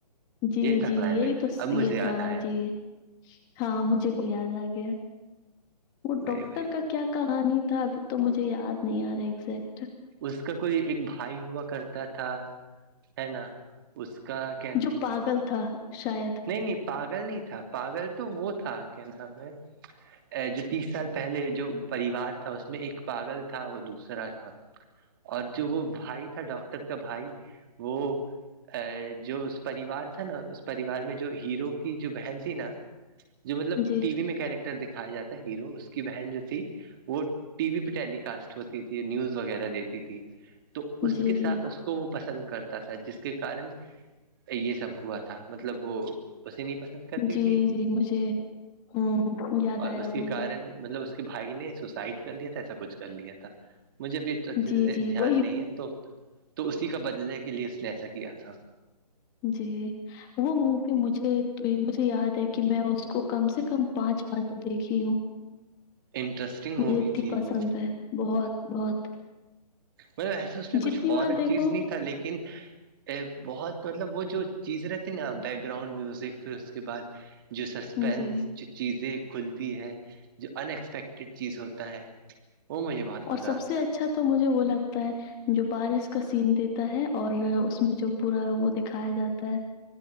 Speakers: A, on the left; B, on the right.
A: جی-
B: یہ تھا
A: جی
B: کلائمیکس
A: یہی تو
B: اب مجھے
A: یہ
B: یاد
A: تھا
B: آیا
A: جی ہاں مجھے- یاد آ گیا وہ
B: وہی
A: ڈاکٹر
B: وہی
A: کا کیا- کہانی تھا ابھی تو مجھے یاد نہیں آ رہا ہے ایزیکٹ-
B: اس کا کوئی ایک بھائی ہوا کرتا تھا ہے نا اس کا-
A: جو پاگل تھا شاید
B: نہیں-نہیں پاگل نہیں تھا پاگل تو وہ تھا کیا نام ہے ا جو تیس سال پہلے جو پریوار تھا اس میں ایک پاگل تھا وہ دوسرا تھا- اور جو وہ بھائی تھا ڈاکٹر کا بھائی وہ- ا جو اس پریوار تھا نا اس- بار میں جو ہیرو کی جو بہن تھی نا جو مطلب
A: جی،
B: ٹی وی میں کیریکٹر- دکھایا جاتا ہے ہیرو اس کی بہن جو تھی- وہ ٹی وی پہ ٹیلی کاسٹ ہوتی تھی نیوز وغیرہ دیتی تھی- تو اس
A: جی،
B: کے
A: جی،
B: ساتھ اس کو وہ پسند کرتا تھا جس کے کارن یہ سب ہوا تھا- مطلب وہ اسے نہیں پسند کرتی
A: جی،
B: تھی
A: جی مجھے امم، یاد
B: اور
A: آیا
B: اس
A: اب
B: کے
A: مجھے
B: کارن- مطلب اس کے بھائی نے سسائڈ کر لیا تھا ایسا کچھ کر لیا تھا مجھے اب- اھے سے
A: جی، جی
B: دھیان
A: وہی
B: نہیں ہے تو تو اسی کا بدلنے کے لیے اس نے ایسا کیا تھا-
A: جی وہ مووی مجھے- تو یہ مجھے یاد ہے کہ میں اس کو کم سے کم پانچ بار تو دیکھی ہوں-
B: انٹرسٹنگ
A: مجھے
B: مووی
A: اتنی
B: تھی
A: پسند
B: وہ
A: ہے بہت- بہت-
B: مطل ایسا اس میں
A: جتنی
B: کچھ اورور
A: بار دیکھو
B: چیز نہیں تھا لیکن- ا بہت مطلب وہ جو چیزیں رہتی نا بیک گراؤنڈ میوزک پھر اس کے بعد- جو سسپینس
A: جی
B: چیزیں کھلتی ہے جو ان ایکسپیکٹیڈ چیز ہوتا ہے وہ مجھے- بہت مزہ
A: اور سب
B: آتا
A: سے
B: ہے
A: اچھا تو مجھے وہ لگتا ہے- جو بارش کا سین دیتا ہے اور اس میں جو پورا وہ دکھایا جاتا ہے-